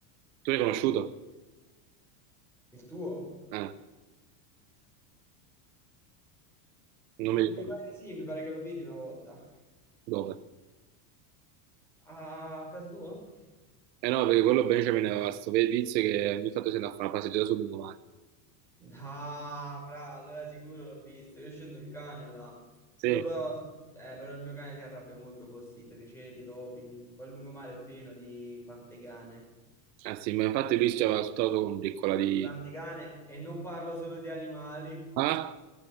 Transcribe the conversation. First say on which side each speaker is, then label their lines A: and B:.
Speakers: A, on the right (about 85°); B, in the centre.
A: Tu l'hai conosciuto?
B: Il tuo?
A: Eh, non
B: Mi
A: mi ricordo.
B: pare di sì, mi pare che lo vidi una volta.
A: Dove?
B: A casa tua?
A: Eh no, perché quello Benjamin aveva questo vizio che ogni tanto si andava a fare una passeggiata sul lungomare.
B: Ah, fra, allora sicuro l'ho visto. Io scendo il cane là.
A: Sì,
B: Quello però, eh, però il mio cane si arrabbia molto con questi triceti, topi. Poi il lungomare è pieno di pantegane.
A: eh sì, ma infatti lui ci aveva sputato con piccola di...
B: Pantegane, e non parlo solo di animali.
A: Ah,